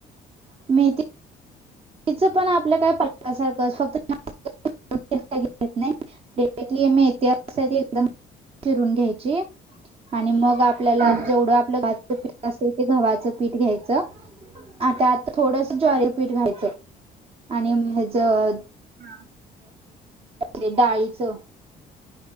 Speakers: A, on the right (about 35°); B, on the right (about 60°).
A: मेथी मेथी तिचं पणं आपल्या कायं पालकां सारखंच फक्तं देठं बिटं घ्यायचं नाहीं पेंडतली मेथी एकदंम चिरूंन घ्यांयची. आणि मंग आपल्यांला
B: हा
A: जेवढं आपलं चं पीठ असतंय ते गव्हाचं पीठ घ्यांयचं. आंता आंता थोडंसं ज्वारीचं
B: हा
A: पीठं घायचं आणि हेचं
B: हां
A: तरं डाळीचं,